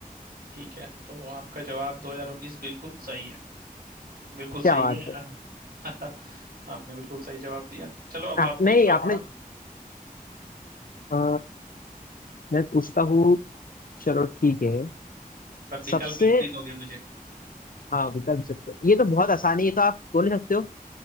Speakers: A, on the right; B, on the left.
A: ठीक है तो आपका जवाब 2019 बिल्कुल सही है बिल्कुल
B: क्या
A: सही
B: बात
A: है
B: है
A: <laughs> आपने बिल्कुल सही जवाब दिया चलो अब
B: आप
A: आप पूछ
B: नहीं
A: लो
B: आपने
A: थोड़ा
B: अ, मैं पूछता हूँ चलो ठीक है
A: पर विकल्प
B: सबसे
A: आप ही दोगे मुझे
B: हाँ विकल्प सकते हो ये तो बहुत आसानी है ये तो आप बोल ही सकते हो